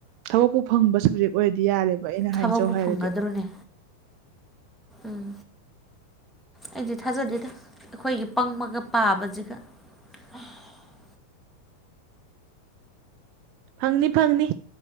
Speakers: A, on the right; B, in the centre.
A: ꯊꯕꯛꯄꯨ ꯐꯪꯕ ꯁꯕꯖꯦꯛ ꯑꯣꯏꯔꯗꯤ ꯌꯥꯔꯦꯕ ꯑꯩꯅ
B: ꯊꯕꯛꯄꯨ
A: ꯍꯥꯏꯖꯧ ꯍꯥꯏꯔꯗꯤ
B: ꯐꯪꯒꯗ꯭ꯔꯣꯅꯦ ꯎꯝ ꯑꯩꯗꯤ ꯊꯥꯖꯗꯦꯗ ꯑꯩꯈꯣꯏꯒꯤ ꯄꯪꯕꯒ ꯄꯥꯕꯖꯤꯗ <unintelligible>
A: ꯐꯪꯅꯤ ꯐꯪꯅꯤ